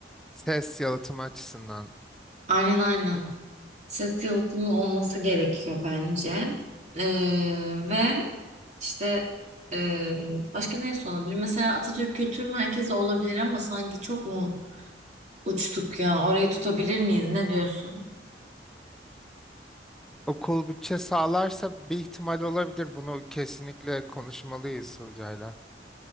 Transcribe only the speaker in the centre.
Ses yalıtımı açısından
değil mi?
Okul bütçe sağlarsa bir ihtimal olabilir. Bunu kesinlikle konuşmalıyız hocayla.